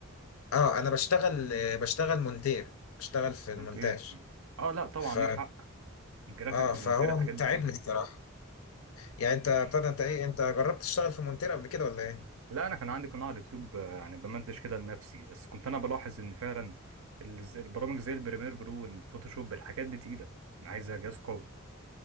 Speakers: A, on the left; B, on the right.
A: اه انا بشتغل آه، بشتغل مونتير بشتغل في
B: مونتير
A: المونتاج
B: مم. اه لا طبعا
A: ف
B: ليك حق الجرافيك
A: اه
B: والمونتير
A: فهو
B: الحاجات دي
A: تعبني
B: تقيله
A: الصراحه يعني انت
B: ماشي
A: بتاع ده انت ايه انت جربت تشتغل في مونتير قبل كده ولا ايه
B: لا انا كان عندي قناه على اليوتيوب آه، يعني بمنتج كده لنفسي بس كنت انا بلاحظ ان فعلا ال- البرامج زي البريمير برو والفوتوشوب الحاجات دي تقيله عايزه جهاز قوي